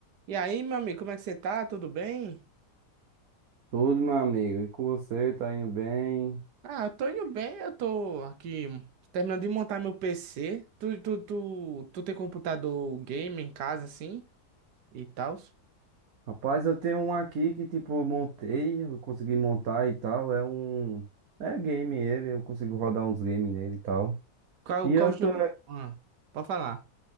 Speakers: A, on the right (about 85°); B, on the right (about 65°).
A: E aí, meu amigo, como é que você tá? Tudo bem?
B: Tudo, meu amigo. E com você, tá indo bem?
A: Ah, eu tô indo bem, eu tô aqui terminando de montar meu PC. Tu, tu, tu, tu tem computador game em casa, assim, e tal?
B: Rapaz, eu tenho um aqui que, tipo, eu montei, eu consegui montar e tal. É um. É game ele, eu consigo rodar uns games nele e tal.
A: Qual,
B: E
A: qual
B: eu
A: jogo?
B: tô.
A: Ah, pode falar.